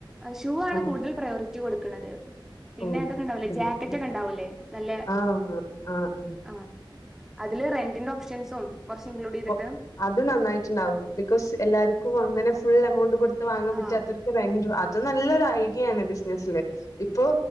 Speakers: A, in the centre; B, on the left.
A: ഷൂ ആണ്
B: ആ
A: കൂടുതൽ പ്രയോറിറ്റി കൊടുക്കണത് പിന്നെ
B: ഓ
A: ഏതൊക്കെ
B: ഓക്കെ
A: ഉണ്ടാവല്ലേ ജാക്കറ്റ്
B: ഓക്കെ
A: ഒക്കെ ഉണ്ടാവല്ലേ നല്ല
B: ആ ആ ആ
A: ആഹ് അതില് റെന്റിന്റെ ഓപ്ഷൻസും കുറച്ച് ഇൻക്ലൂഡീത്ട്ട്.
B: ഓ, അത് നന്നായിട്ട്ണ്ടാവും ബിക്കോസ് എല്ലാര്ക്കും അങ്ങനെ ഫുൾ എമൗണ്ട് കൊടുത്ത് വാങ്ങാൻ പറ്റാത്തൊരു.
A: ആഹ്
B: റെന്റും അത് നല്ലൊരു ഐഡിയാണ് ബിസിനസില് ഇപ്പോ.